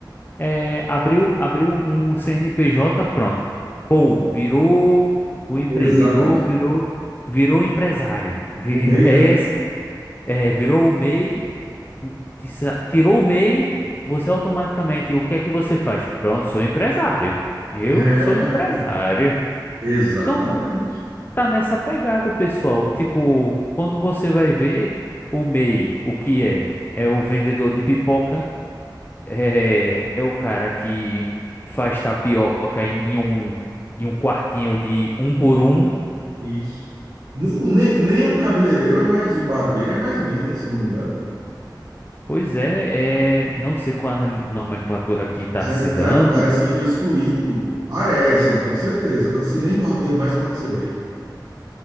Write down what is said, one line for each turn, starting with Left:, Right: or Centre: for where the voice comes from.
Left: é, abriu, abriu um CNPJ, pronto. Pô, virou o empreendedor,
Right: Exatamente.
Left: virou, virou empresário, vi-
Right: O MEI,
Left: <laughs> é,
Right: né?
Left: esse- é, virou o MEI tissa- tirou o MEI, você automaticamente, o que é que você faz? Pronto, sou empresário. Eu
Right: É,
Left: sou empresário.
Right: exatamente.
Left: Então tá, tá nessa pegada, o pessoal. Tipo, quando você vai ver o MEI, o que é? É o vendedor de pipoca, é, é o cara que faz tapioca em um, em um quartinho de um por um.
Right: Isso. Nem, nem, nem o cabeleireiro é mais, o barbeiro é mais MEI, né? Se eu não me engano.
Left: Pois é, é, não sei qual a nom- nomenclatura que tá
Right: Pare-
Left: se dando.
Right: pare- Parece, que foi excluído. Parece, eu não tenho certeza. Parece que nem barbeiro mais pode ser MEI.